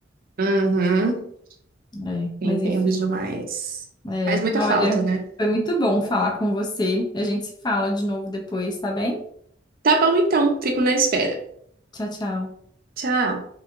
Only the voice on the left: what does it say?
É,
mas enfim.
É,
olha,
foi muito bom falar com você. A gente se fala de novo depois, tá bem?
Tchau, tchau.